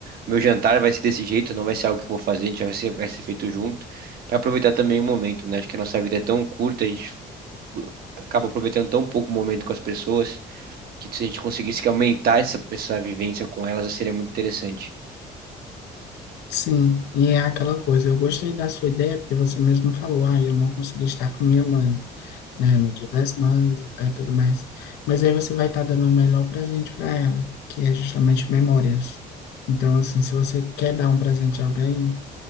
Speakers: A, on the right; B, on the left.
A: meu jantar vai ser desse jeito, não vai ser algo que eu vou fazer, a gente vai ser, vai ser feito junto Pra aproveitar também o momento, né? Acho que a nossa vida é tão curta, a gente acaba aproveitando tão pouco o momento com as pessoas que se a gente conseguisse que aumentar essa, essa vivência com elas, seria muito interessante.
B: Sim, e é aquela coisa, eu gostei da sua ideia, porque você mesmo falou, ah, eu não consegui estar com minha mãe, né, no Dia das Mães e tal, e tudo mais. Mas aí você vai estar dando o melhor presente para ela, que é justamente memórias. Então, assim, se você quer dar um presente a alguém,